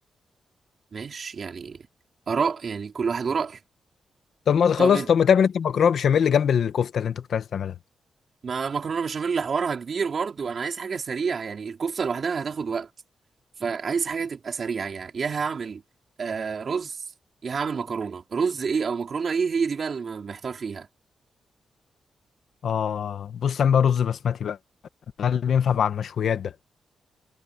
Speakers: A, on the right; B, on the left.
A: ماشي يعني اراء يعني كل واحد ورأيه
B: طب ما تخلص
A: طب
B: طب ما تعمل انت مكرونه بشاميل جنب الكفته اللي انت كنت عايز تعملها
A: ما مكرونه بشاميل اللي حوارها كبير برضو انا عايز حاجه سريعه يعني الكفته لوحدها هتاخد وقت فعايز حاجه تبقى سريعه يعني يا هعمل آه رز يا هعمل مكرونه رز ايه او مكرونه ايه هي دي بقى اللي محتار فيها
B: اه بص اعمل بقى رز بسمتي بقى ده اللي بينفع مع المشويات ده